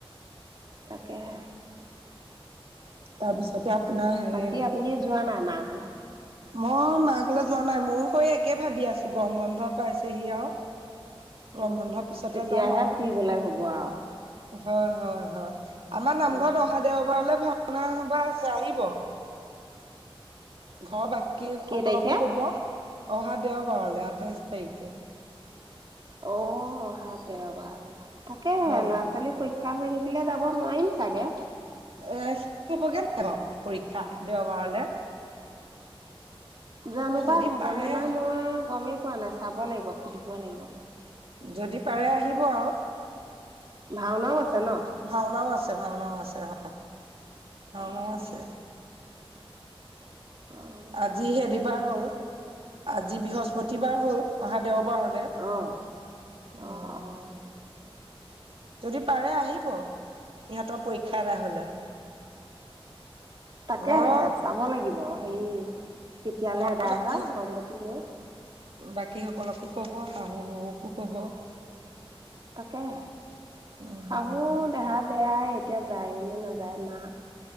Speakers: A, on the right (about 45°); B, on the right (about 70°).
A: তাকেহে।
B: তাৰপিছতে আপোনাৰ হেৰি
A: বাকী আপুনি যোৱা নাই- মা ঘলে।
B: মই মা ঘলে যোৱা নাই মোৰ হৈ একে ভাবি আছো গৰম বন্ধ পাইছেহি আৰু। গৰম
A: অ',
B: বন্ধৰ পিছতে
A: তেতিয়াহে
B: যাম আৰু।
A: ফুৰিবলে হ'ব আৰু।
B: হয়, হয়, হয়। আমাৰ নামঘৰত
A: অ'
B: অহা দেওবাৰলৈ ভাওনা সবা আছে আহিব। ঘৰৰ বাকী সকলকো
A: কেই তাৰিখে?
B: ক'ব অহা দেওবাৰলে আঠাইশ তাৰিখে।
A: অ' অহা দেওবাৰলে, তাকেহে
B: হয়,
A: ল'ৰা ছোৱালী পৰীখ- কাঁহ হৈ থাকিলে যাব নোৱাৰিম চাগে।
B: এছ হ'বগে <unintelligible> পৰীক্ষা দেওবাৰলে?
A: জানো পা
B: যদি
A: হ'বনে
B: পাৰে
A: নাই মই গমে পোৱা নাই চাব লাগিব সুধিব লাগিব।
B: যদি পাৰে আহিব আৰু।
A: ভাওনাও আছে ন?
B: ভাওনাও আছে, ভাওনাও আছে, হয় ভাওনাও
A: অ',
B: আছে।
A: অ',
B: আজি হেৰিবাৰ হল। আজি বৃহস্পতিবাৰ হল। অহা দেওবাৰ হলে।
A: অ',
B: উম।
A: অ',
B: যদি পাৰে আহিব। ইহঁতৰ পৰীক্ষা এডাই হ'লে।
A: তাকেহে
B: ঘৰৰ
A: চাব লাগিব হেৰি কেতিয়ালৈ
B: ঘৰৰ
A: এদাই
B: বাকী
A: হয় গম গতি লৈ।
B: বাকী সকলকো ক'ব, শাহু শহুকো ক'ব।
A: তাকেহ
B: উম
A: শাহু দেহাদ বেয়া এতিয়া যায়ে নে নাযায় মা,